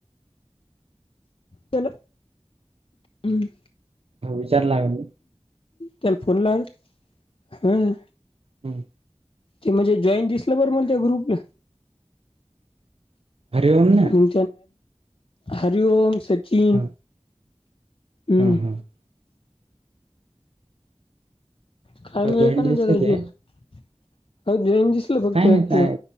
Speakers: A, on the left; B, on the right.
A: केलं? हम्म.
B: हो विचारलाय लागले.
A: त्याला फोन लाव ग हं.
B: हम्म.
A: ते म्हणजे जॉईन दिसलं बरं मला ते ग्रुपला.
B: हरी ओम ना?
A: मग हरिओम सचिन
B: हम्म
A: हू
B: हम्म हम्म
A: काय मेळ
B: जॉईन
A: पण
B: दिसले
A: <unintelligible>
B: ते
A: म्हटलं फक्त
B: काय
A: ह्यातलं
B: माहित काय